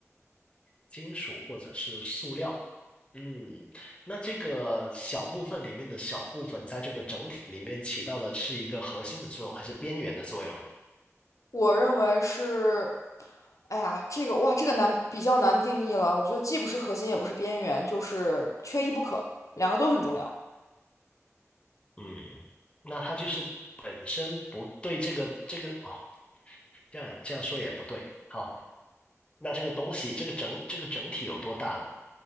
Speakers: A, on the left; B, on the left.
A: 金属或者是塑料。嗯，那这个小部分里面的小部分，在这个整体里面起到的是一个核心的作用，还是边缘的作用呢？
B: 我认为是，哎呀，这个哇，这个难，比较难定义了。我觉得既不是核心，也不是边缘，就是缺一不可，两个都很重要。
A: 嗯，那它就是本身不对这个这个哦，这样也这样说也不对。好，那这个东西，这个整这个整体有多大呢？